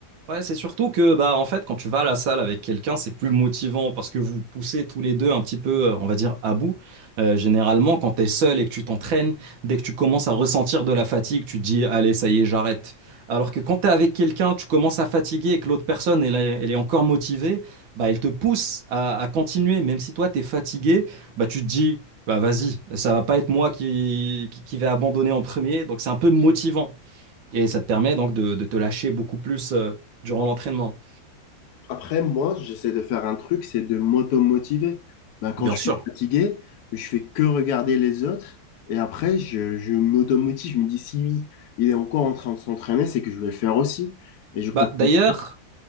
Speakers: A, on the right (about 80°); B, on the left (about 65°).
A: Ouais, c'est surtout que bah en fait quand tu vas à la salle avec quelqu'un, c'est plus motivant parce que vous poussez tous les deux un petit peu, euh, on va dire, à bout. Euh, généralement, quand tu es seul et que tu t'entraînes, dès que tu commences à ressentir de la fatigue, tu te dis allez, ça y est, j'arrête. Alors que quand tu es avec quelqu'un, tu commences à fatiguer et que l'autre personne elle, est elle est encore motivée, bah elle te pousse à, à continuer même si toi tu es fatigué, bah tu te dis bah vas-y, ça va pas être moi qui qui, qui vais abandonner en premier, donc c'est un peu motivant. Et ça te permet donc de, de te lâcher beaucoup plus euh, durant l'entraînement.
B: Après, moi, j'essaie de faire un truc, c'est de m'auto-motiver. Bah, quand
A: Bien
B: je
A: sûr.
B: suis fatigué, je fais que regarder les autres et après, je, je m'auto-motive. Je me dis, si lui, il est encore en train de s'entraîner, c'est que je vais le faire aussi. Et je continue.
A: Bah, d'ailleurs,